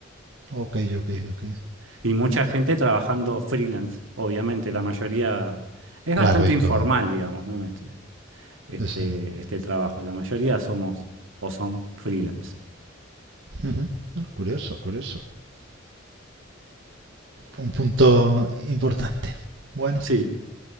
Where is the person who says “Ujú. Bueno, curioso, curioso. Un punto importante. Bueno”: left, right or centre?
Right